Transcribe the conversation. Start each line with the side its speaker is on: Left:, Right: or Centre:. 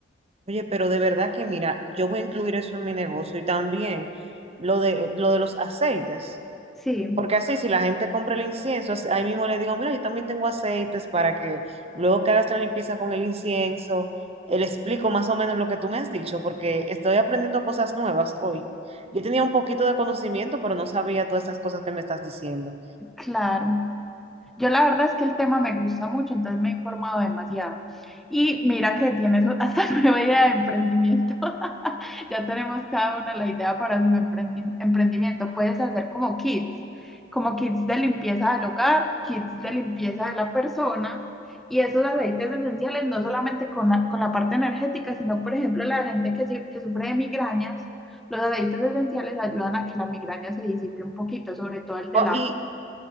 Right: Oye, pero de verdad que mira, yo voy a incluir eso en mi negocio y también lo de, lo de los aceites.
Centre: Sí,
Right: Porque así, si la gente compra el incienso, así- ahí mismo le digo, mira, yo también tengo aceites para que luego que hagas la limpieza con el incienso, eh, le explico más o menos lo que tú me has dicho, porque estoy aprendiendo cosas nuevas hoy. Yo tenía un poquito de conocimiento, pero no sabía todas estas cosas que me estás diciendo.
Centre: claro. Yo la verdad es que el tema me gusta mucho, entonces me he informado demasiado. Y mira que tienes hasta <laughs> nueva idea de emprendimiento. <laughs> Ya tenemos cada una la idea para su emprendi- emprendimiento. Puedes hacer como kits, como kits de limpieza del hogar, kits de limpieza de la persona. Y esos aceites esenciales, no solamente con la, con la parte energética, sino, por ejemplo, la gente que, si- que sufre de migrañas, los aceites esenciales ayudan a que la migraña se disipe un poquito, sobre todo el de
Right: O-
Centre: la
Right: y,